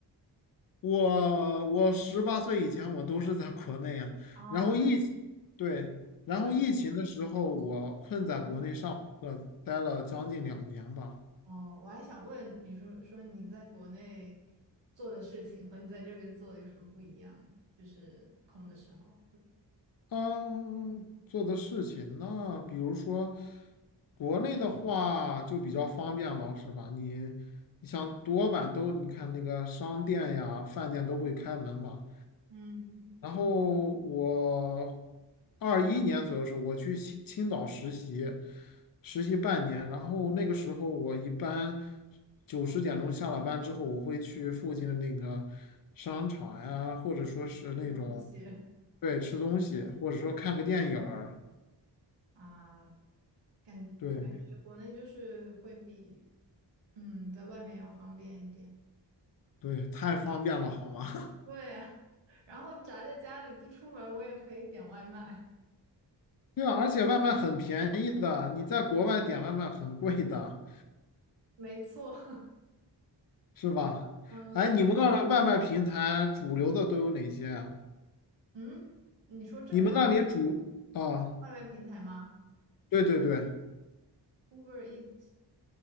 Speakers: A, on the left; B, on the right.
A: 我我十八岁以前我都是在国内呀，
B: 啊，
A: 然后疫情，
B: 那
A: 对，然后疫情的时候我困在国内上课，
B: 那嗯。
A: 待了将近两年吧。
B: 哦，我还想问你说说你在国内做的事情和你在这边做的有什么不一样？就是空的时候，
A: 嗯，做的事情，那比如说国内的话就比较方便了，是吧？你你想多晚都，你看那个商店呀、饭店都会开门嘛，
B: 嗯，
A: 然后我二一年左右的时候，我去青青岛实习，实习半年。然后那个时候，我一般九十点钟下了班之后，我会去附近的那个商场呀，或者说是那种，
B: 这东西
A: 对，吃东西，或者说看个电影儿。
B: 啊，感感觉国内就是会比
A: 对
B: 嗯在外面要方便一点。
A: 对，太方便了，好吗？<laughs>
B: 对啊，<laughs> 然后宅在家里不出门，我也可以点外卖。
A: 对啊，而且外卖很便宜的，你在国外点外卖很贵的，
B: 没错，
A: 是吧？
B: <laughs> 嗯
A: 哎，你们那儿的外卖平台主流的都有哪些呀、
B: 嗯，你说这边的
A: 你们那里煮啊？
B: 外卖平台吗
A: 对对对
B: ？Uber Eats